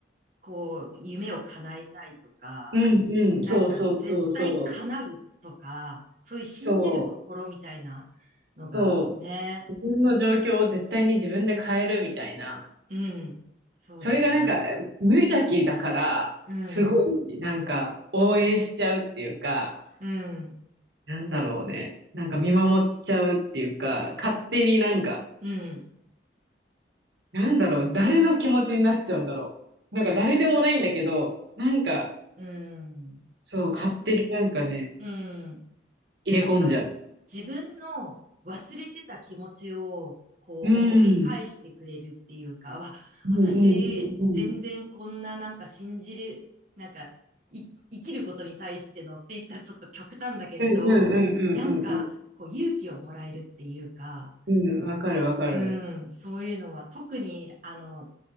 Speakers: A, on the right; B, on the right.
A: こう、夢を叶えたいとか、
B: うんうん、
A: なんか、
B: そうそうそうそう。
A: 絶対叶うとか、そういう信じる心みたいなのが、
B: そう、そう。
A: ね。
B: 自分の状況を絶対に自分で変えるみたいな。
A: うん、そうだね。
B: それがなんか無邪気だから、
A: うん、
B: すごいなんか応援しちゃうっていうか、
A: うん、
B: なんだろうね。なんか見守っちゃうっていうか、勝手になんか
A: うん。
B: なんだろう、誰の気持ちになっちゃうんだろう。なんか誰でもないんだけど、なんか、
A: うん。
B: そう、
A: なん、
B: 勝手になんかね、
A: うん。
B: 入れ込んじゃう。
A: なんか、自分の忘れてた気持ちを、こう思い返してくれるっていうか、
B: うん。
A: わ、
B: うんうんうんうん。
A: 私、全然こんななんか信じる、なんか、い、生きることに対してのって言ったらちょっと極端だけれど、
B: うんうんうんうんう
A: なんか、こう勇気をもらえるっていうか、
B: ん。うん、わかるわかる。
A: うん、そういうのは特にあの、